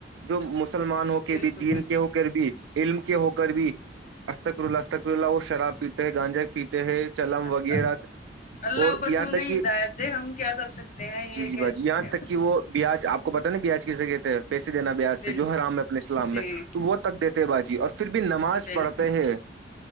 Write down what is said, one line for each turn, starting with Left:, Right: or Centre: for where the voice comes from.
Right: جو مسلمان ہو کے
Left: بالکل
Right: بھی دین
Left: بالکل
Right: کے ہو کر بھی علم کے ہو کے کر بھی اسستتکرولا اتک رولا اور شراب پیتے ہیں گانجے کے پیتے ہیں چلم
Left: استغفر
Right: وغیرہ
Left: اللہ
Right: اور
Left: بس
Right: یہاں
Left: انہیں
Right: تک کہ
Left: ہدایت دے ہم کیا کر سکتے ہیں
Right: جی
Left: یہ
Right: جی
Left: کہہ
Right: باجی
Left: سکتے
Right: یہاں
Left: ہیں
Right: تک
Left: بس
Right: کہ وہ بیاج آپ کو پتاہ نا بیاج کیسے کہتے ہیں پیسے دینا بیاج
Left: بال
Right: سے جو حرام ہے اپنے اسلام
Left: جی
Right: میں تو وہ تک دیتے باازی اور پھر بھی نماز
Left: بالکل
Right: پڑھتے ہیں